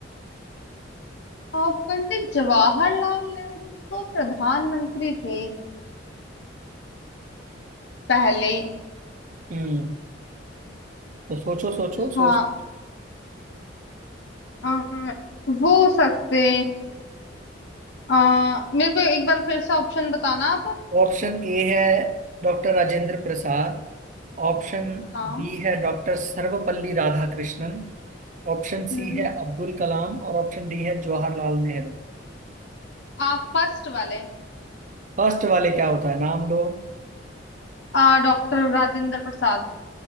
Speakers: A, on the left; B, on the right.
A: और पंडित जवाहरलाल नेहरू तो प्रधानमंत्री थे पहले
B: हम्म तो सोचो सोचो
A: हाँ
B: सोच
A: आ, वो सकते आ, मेरे को एक बार फिर से ऑप्शन बताना आप
B: ऑप्शन ए है doctor Rajendra Prasad option
A: हाँ
B: B है doctor Sarvepalli Radhakrishnan option
A: हम्म
B: C है अब्दुल कलाम और ऑप्शन डी है जवाहरलाल नेहरू
A: आप फर्स्ट वाले
B: फर्स्ट वाले क्या होता है नाम लो
A: आ, डॉक्टर राजेंद्र प्रसाद